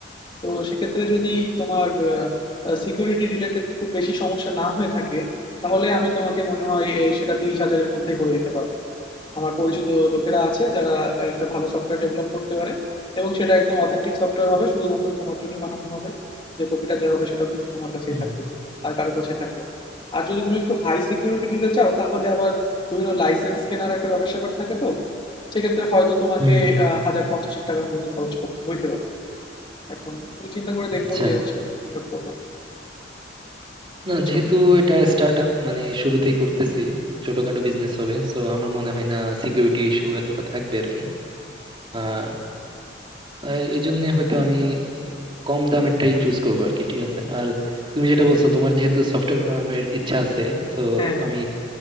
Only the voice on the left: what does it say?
তো সেক্ষেত্রে যদি তোমার সিকিউরিটি রিলেটেড খুব বেশি সমস্যা না হয়ে থাকে তাহলে আমি তোমাকে মনে হয় এ, সেটা তিরিশ হাজারের মধ্যে করে দিতে পারবো আমার পরিচিত লোকেরা আছে যারা একটা ভালো সফটওয়্যার ডেভেলপ করতে পারে এবং সেটা একদম অথেন্টিক সফটওয়্যার হবে শুধুমাত্র তোমার জন্য বানানো হবে যে কপিটা দেওয়া হবে সেটাও শুধু তোমার কাছেই
থাকবে আর কারো কাছেই থাকবে না। আর যদি তুমি একটু হাই সিকিউরিটি নিতে চাও তাহলে আবার বিভিন্ন লাইসেন্স কেনার একটা ব্যাপার স্যাপার থাকে তো সেক্ষেত্রে হয়তো তোমাকে
আহ, হাজার পঞ্চাশেক টাকা পর্যন্ত খরচ করতে হইতে পারে এখন তুমি চিন্তা করে দেখো
যে হচ্ছে তুমি কোনটা করবা
বুঝছো
হ্যাঁ হ্যাঁ